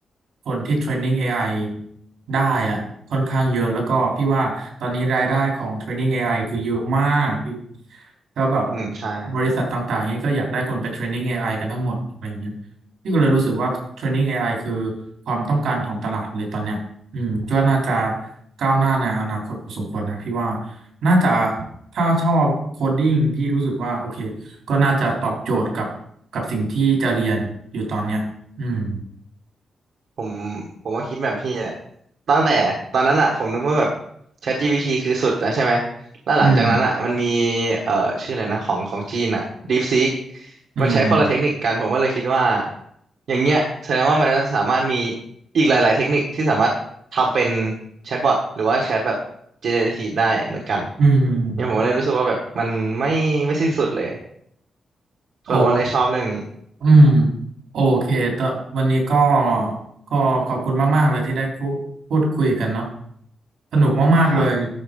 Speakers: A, on the right (about 90°); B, on the right (about 70°).
A: คนที่เทรนนิ่ง AI ไอได้อะค่อนข้างเยอะแล้วก็พี่ว่าตอนนี้รายได้ของเทรนนิ่ง AI คือเยอะมากพี่ก็แบบ
B: อืมใช่
A: บริษัทต่างๆเนี้ยก็อยากได้คนไปเทรนนิ่ง AI กันทั้งหมดอะไรอย่างเงี้ย พี่ก็เลยรู้สึกว่า Training เทรนนิ่ง AI คือความต้องการของตลาดเลยตอนเนี้ยอืมก็น่าจะก้าวหน้าในอนาคตพอสมควรนะพี่ว่าน่าจะถ้าชอบโคดดิ้งพี่รู้สึกว่าโอเคก็น่าจะตอบโจทย์กับกับสิ่งที่จะเรียนอยู่ตอนเนี้ยอืม
B: ผมผมก็คิดแบบพี่แหละตั้งแต่ตอนนั้นอะผมนึกว่าแบบ ChatGPT คือสุดนะใช่ไหมแล้วหลังจากนั้นอะมันมี
A: อืม
B: เอ่อชื่ออะไรนะของของจีนอะ DeepSeek
A: อืม
B: มันใช้คนละเทคนิคกันผมก็เลยคิดว่าอย่างเงี้ยแสดงว่ามันสามารถมีอีกหลายๆเทคนิคที่สามารถทำเป็นแชทบอทหรือว่าแชทแบบ generative ได้เหมือนกัน
A: อืม
B: เนี่ยผมก็เลยรู้สึกว่าแบบมันไม่ไม่สิ้นสุดเลย
A: โอ
B: ผมก็เลยชอบเรื่องนี้
A: อืมโอเคแต่วันนี้ก็ก็ขอบคุณมากๆเลยที่ได้คุพูดคุยกันเนาะสนุกมากๆเลย
B: ครับ